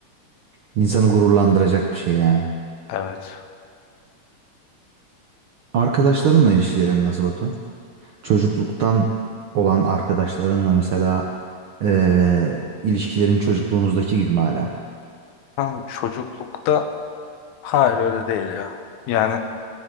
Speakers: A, on the right; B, on the left.
A: İnsanı gururlandıracak bir şey yani.
B: Evet.
A: Arkadaşlarınla ilişkilerin nasıl Batu? Çocukluktan olan arkadaşlarınla mesela eee, ilişkilerin çocukluğunuzdaki gibi mi hala?
B: Ama çocuklukta hayır öyle değil ya. Yani